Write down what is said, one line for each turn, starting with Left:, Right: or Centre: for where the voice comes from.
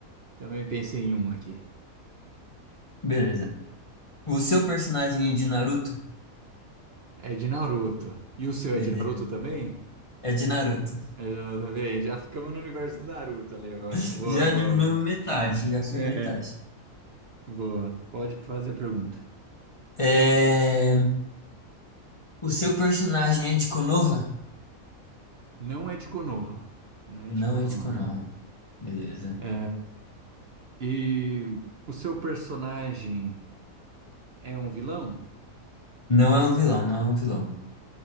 Right: também pensei em um aqui.
Left: Beleza. O seu personagem é de Naruto?
Right: É de Naruto. E o seu
Left: Beleza.
Right: é de Naruto também?
Left: É de Naruto.
Right: É de Naruto também? Já ficamos no universo do Naruto ali agora.
Left: <laughs>
Right: Boa,
Left: Já
Right: boa.
Left: eliminamos metade, já foi
Right: É,
Left: metade.
Right: boa. Pode fazer a pergunta.
Left: É... O seu personagem é de Konoha?
Right: Não é de Konoha. Não é
Left: Não
Right: de Konoha.
Left: é de Konoha. Beleza.
Right: É, E o seu personagem é um vilão?
Left: Não é um vilão, não é um
Right: É
Left: vilão.
Right: um vilão.